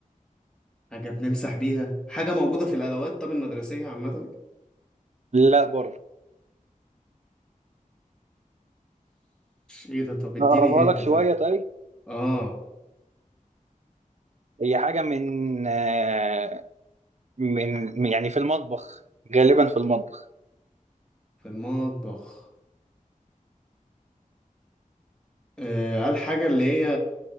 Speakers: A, in the centre; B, on the right.
A: حاجة بنمسح بيها حاجة موجودة في الأدوات طب المدرسية عامة
B: لا برضه
A: ايه ده طب اديني
B: نقربها
A: هنت
B: لك شوية
A: طيب
B: طيب
A: اه
B: هي حاجة من آه، من من- يعني في المطبخ غالبا في المطبخ
A: في المطبخ آه قال حاجة اللي هي